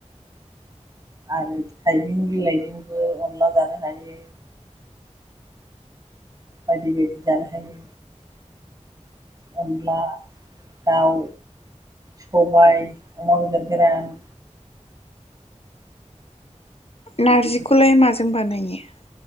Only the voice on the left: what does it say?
नारजिखौलाय माजों बानायो <inaudible>